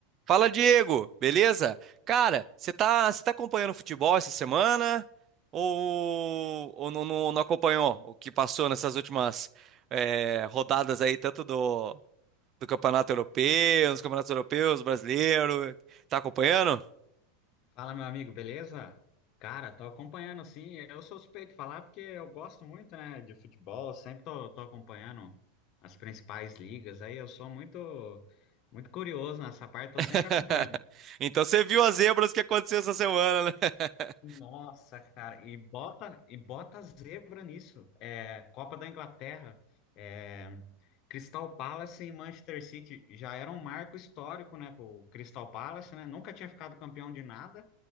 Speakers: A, on the right (about 30°); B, on the left (about 40°).
A: Fala, Diego, beleza? Cara, você tá, você tá acompanhando futebol essa semana? Ou, ou não, não- não acompanhou o que passou nessas últimas eh, rodadas aí, tanto do, do Campeonato Europeu, dos Campeonatos Europeus, brasileiro? Tá acompanhando?
B: Fala, meu amigo, beleza? Cara, tô acompanhando sim. Eu sou suspeito de falar porque eu gosto muito, né, de futebol, sempre tô, tô acompanhando as principais ligas. Aí eu sou muito muito curioso nessa parte, tô
A: <laughs>
B: sempre acompanhando.
A: Então você viu as zebras que aconteceu essa semana, né?
B: Nossa, cara, e bota e bota zebra nisso. É, Copa da Inglaterra, é, Crystal Palace e Manchester City já era um marco histórico, né, pro Crystal Palace, né? Nunca tinha ficado campeão de nada,